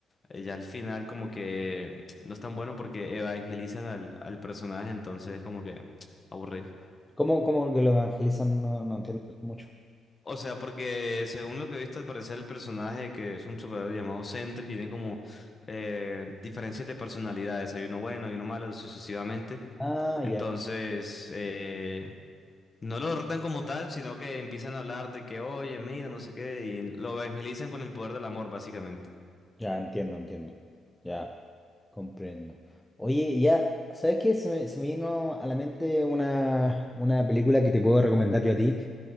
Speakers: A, on the left; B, in the centre.
A: eh, ya al final como que no es tan bueno porque evangelizan al, al personaje, entonces es como que <tsk> aburrido.
B: ¿Cómo, cómo que lo evangelizan? No, no entiendo mucho.
A: O sea, porque según lo que he visto, al parecer el personaje que es un superhéroe llamado Sentry tiene como eh, diferencias de personalidades. Hay uno bueno, hay uno malo, sucesivamente.
B: Ah,
A: Entonces,
B: ya.
A: eh, no lo derrotan como tal, sino que empiezan a hablar de que, oye, mira, no sé qué, y lo evangelizan con el poder del amor, básicamente.
B: Ya entiendo, entiendo. Ya comprendo. Oye, ya, ¿sabes qué? Se me, se me vino a la mente una, una película que te puedo recomendar yo a ti